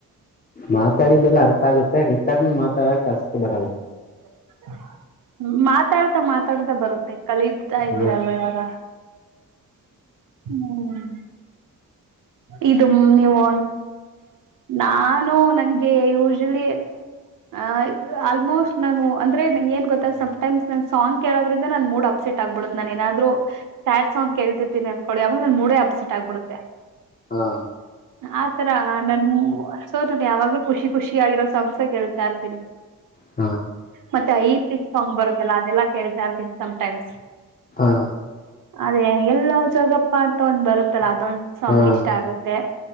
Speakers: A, on the left; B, on the right.
A: ಮಾತಾಡಿದ್ದೆಲ್ಲ ಅರ್ಥ ಆಗುತ್ತೆ ರಿಟರ್ನ್ ಮಾತಾಡಕ ಅಷ್ಟು ಬರಲ್ಲ
B: <inaudible> ಮಾತಾಡ್ತಾ ಮಾತಾಡ್ತಾ ಬರುತ್ತೆ ಕಲೀತಾ ಇದ್ದೀರಲ್ವಾಗ
A: ಹಾ
B: ಹ್ಮ ಇದು ನೀವು ನಾನು ನಂಗೆ ಯೂಶಲಿ ಆ ಆಲ್ಮೋಸ್ಟ್ ನಾನು ಅಂದ್ರೆ ಏನ್ ಗೊತ್ತ ಸಮ್್ಟೈಮ್ಸ್ ನನ್ ಸಾಂಗ್ ಕೇಳೋದ್ರಿಂದ ನನ್ ಮೂಡ್ ಅಪ್ಸೆಟ್ ಆಗ್ಬಿಡುತ್ತ ನನ್ ಏನಾದ್ರು ಸ್ಯಾಡ್ ಸಾಂಗ್ ಕೇಳ್ತಿರ್ತೀಿ ಅನ್ಕಡಿ ಅವಾಗ ನನ್ ಮೂಡ ಅಸಟ್ಗ್ಬಿಡುತ್ತೆ
A: ಹಾ
B: ಆತರ ನನ್ ಸೋ ನನ್ ಯಾವಾಗ್ಲೂ ಖುಷಿ ಖುಷಿ ಆಗಿರೋ ಸಾಂಗ್ ನಾ ಕೇಳ್ತಾ ಇರ್ತೀನಿ
A: ಹ
B: ಮತ್ತೆ ಐ ಪಿಚ್ ಸಾಂಗ್ ಬರುತ್ತಲ್ಲ ಅದೆಲ್ಲಾ ಕೇಳ್ತಾ ಇರ್ತೀನಿ ಸಮಟೈಮ್ಸ್
A: ಹಾ
B: ಅದೇ ಎಲ್ಲೋ ಜಾಗಪ್ಪ ಅಂತ ಒಂದ್ ಬರುತ್ತಲ್ಲ ಅದೊಂದ್ ಸಾಂಗ್
A: ಹಾ ಹಾ
B: ಇಷ್ಟ ಆಗುತ್ತೆ